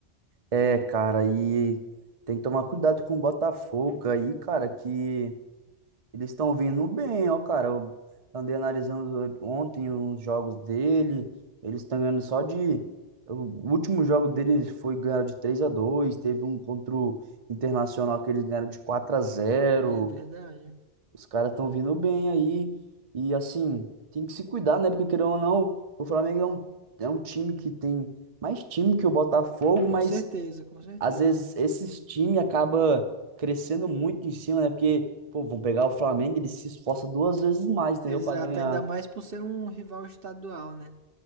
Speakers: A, on the right; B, on the right.
A: É, cara, e tem que tomar cuidado com o Botafogo aí, cara, que eles estão vindo bem, ó, cara. Eu andei analisando ontem os jogos dele, eles estão ganhando só de. O último jogo deles foi ganhar de 3 a 2 teve um contra o Internacional que eles ganharam de 4 a zero
B: É verdade.
A: Os caras estão vindo bem aí, e assim, tem que se cuidar, né? Porque querendo ou não, o Flamengo é um, é um time que tem mais time que o Botafogo, mas
B: Com certeza, com certeza.
A: às vezes esses times acaba crescendo muito em cima, né? Porque, pô, vão pegar o Flamengo, ele se esforça duas vezes mais, entendeu?
B: Exato,
A: Pra ganhar.
B: ainda mais por ser um rival estadual, né?